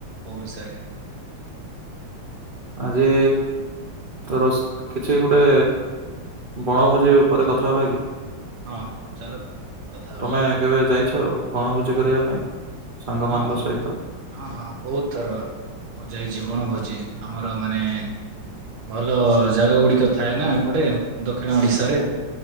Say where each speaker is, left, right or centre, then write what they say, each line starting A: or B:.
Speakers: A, on the right; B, on the right.
A: କୋଉ ବିଷୟରେ?
B: ଆଜି ତ ରୋସ୍ କିଛି ଗୋଟେ ବଣଭୋଜିେ ଉପରେ କଥା ହବା କି?
A: ହଁ ଚାଲ କଥା ହବା।
B: ତମେ କେବେ ଯାଇଛ ବଣଭୋଜି କରିବା ପାଇଁ ସାଙ୍ଗମାନଙ୍କ
A: ହଁ ହଁ
B: ସହିତ?
A: ହଁ ହଁ ବହୁତ ଥର ଯାଇଛି ବଣ ଭୋଜି। ଆମର ମାନେ ଭଲ ଜାଗା ଗୁଡିକ ଥାଏ ନା ଏପଟେ ଦକ୍ଷିଣ ଓଡ଼ିଶା ରେ।